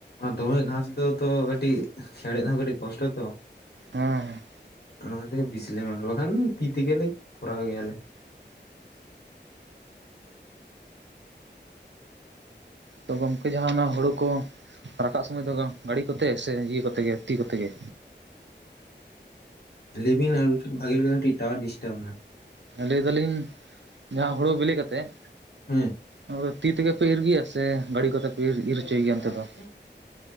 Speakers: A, on the left; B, on the right.
A: ᱫᱚᱢᱮ ᱜᱷᱟᱸᱥ ᱫᱚ ᱛᱚ ᱠᱟᱹᱴᱤᱡ ᱦᱮᱲᱮᱫ ᱦᱚᱸ ᱠᱟᱹᱴᱤᱡ ᱠᱚᱥᱴᱚ ᱛᱚ᱾
B: ᱦᱮᱸ ᱦᱮᱸ
A: ᱚᱱᱟ ᱜᱮ ᱵᱤᱥᱤ ᱢᱟᱢᱮᱞᱟ ᱵᱟᱠᱷᱟᱱ ᱛᱤ ᱛᱮᱜᱮ ᱞᱮ ᱠᱚᱨᱟᱣ ᱜᱮᱭᱟᱞᱮ᱾
B: ᱛᱚ ᱜᱚᱝᱠᱮ ᱡᱟᱦᱟᱸᱟᱱᱟᱜ ᱦᱩᱲᱩ ᱠᱚ ᱨᱟᱠᱟᱵ ᱥᱚᱢᱚᱭ ᱫᱚ ᱜᱟᱹᱲᱤ ᱠᱚᱛᱮ ᱥᱮ ᱤᱭᱟᱹ ᱠᱚᱛᱮ ᱜᱮ ᱛᱤ ᱠᱚᱛᱮ ᱜᱮ᱾
A: ᱞᱮᱵᱤᱱ ᱟᱨ ᱢᱤᱴᱟᱱ ᱵᱷᱟᱜᱤ ᱞᱮᱠᱟ‌ ᱠᱟᱹᱴᱤᱡ ᱴᱟᱭᱟᱨ ᱰᱤᱥᱴᱟᱵ ᱱᱟ᱾
B: ᱞᱟᱹᱭ ᱫᱟᱞᱤᱧ ᱡᱟᱦᱟᱸ ᱦᱩᱲᱩ ᱵᱤᱞᱤ ᱠᱟᱛᱮᱜ᱾
A: ᱦᱮᱸ
B: ᱟᱫᱚ ᱛᱤ ᱛᱮᱜᱮ ᱯᱮ ᱤᱨ ᱜᱮᱭᱟ ᱥᱮ ᱜᱟᱹᱲᱤ ᱠᱚᱛᱮ᱾ ᱯᱮ ᱤᱨ
A: <unintelligible>
B: ᱤᱨ
A: ᱦᱮᱸ
B: ᱦᱚᱪᱚᱭ ᱜᱮᱭᱟ ᱚᱱᱛᱮ ᱫᱚ